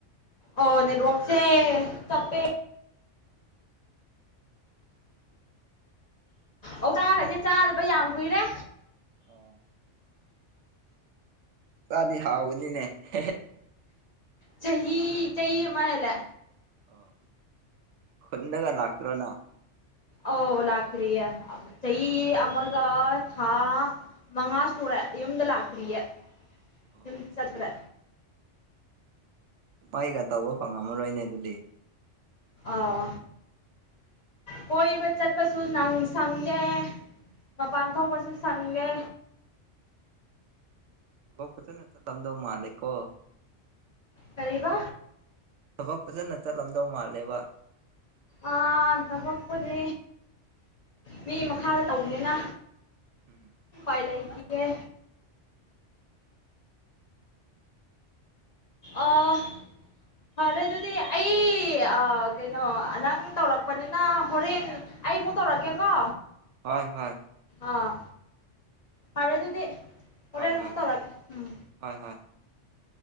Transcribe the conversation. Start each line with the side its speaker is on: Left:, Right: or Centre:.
Left: ꯑꯣ ꯅꯦꯠꯋꯛꯁꯦ ꯆꯞꯄꯦ꯫ ꯑꯣꯁꯥꯒꯁꯦ ꯆꯥꯗꯕ ꯌꯥꯝ ꯀꯨꯏꯔꯦ꯫
Right: ꯑꯣ ꯆꯥꯗꯤ ꯍꯥꯎꯅꯤꯅꯦ ꯍꯦ ꯍꯦ꯫
Left: ꯆꯍꯤ ꯆꯍꯤ ꯑꯃ ꯍꯦꯜꯂꯦ꯫
Right: ꯑꯣ꯫ ꯈꯨꯟꯗꯒ ꯂꯥꯛꯇ꯭ꯔꯣ ꯅ꯫
Left: ꯑꯣ ꯂꯥꯛꯇ꯭ꯔꯤꯌꯦ ꯆꯍꯤ ꯑꯃꯒ ꯊꯥ ꯃꯉꯥ ꯁꯨꯔꯦ ꯌꯨꯝꯗ ꯂꯥꯛꯇ꯭ꯔꯤꯌꯦ꯫ <unintelligible>
Right: ꯑꯣ ꯑꯁ
Left: ꯆꯠꯇ꯭ꯔꯦ꯫
Right: ꯚꯥꯏꯒ ꯇꯧꯕ ꯐꯪꯉꯝꯃꯔꯣꯏꯅꯦ ꯑꯗꯨꯗꯤ꯫
Left: ꯑꯣ ꯀꯣꯏꯕ ꯆꯠꯄꯁꯨ ꯅꯪ ꯁꯪꯗꯦ ꯃꯄꯥꯟ ꯊꯣꯛꯄꯁꯨ ꯁꯪꯗꯦ꯫
Right: ꯐꯖꯅ ꯆꯠꯂꯝꯗꯧ ꯃꯥꯜꯂꯦꯀꯣ꯫
Left: ꯀꯔꯤꯕ꯫
Right: ꯊꯕꯛ ꯐꯖꯅ ꯆꯠꯂꯝꯗꯧ ꯃꯥꯜꯂꯦꯕ
Left: ꯑꯥ ꯊꯕꯛꯄꯨꯗꯤ ꯃꯤ ꯃꯈꯥꯗ ꯇꯧꯕꯅꯤꯅ꯫
Right: <inaudible>
Left: ꯄꯥꯏ ꯂꯩꯇꯤꯌꯦ꯫ ꯑꯣ ꯐꯔꯦ ꯑꯗꯨꯗꯤ ꯑꯩ ꯑ ꯀꯩꯅꯣ ꯅꯪ ꯇꯧꯔꯛꯄꯅꯤꯅ ꯍꯣꯔꯦꯟ ꯑꯩꯃꯨꯛ ꯇꯧꯔꯛꯀꯦꯀꯣ꯫
Right: ꯍꯣꯏ ꯍꯣꯏ꯫
Left: ꯑꯥ ꯐꯔꯦ ꯑꯗꯨꯗꯤ꯫ ꯍꯣꯔꯦꯟ
Right: ꯍꯣꯏ
Left: ꯑꯃꯨꯛ
Right: ꯍꯣꯏ ꯍꯣꯏ
Left: ꯇꯧꯔꯛꯀꯦ ꯎꯝ꯫
Right: ꯍꯣꯏ ꯍꯣꯏ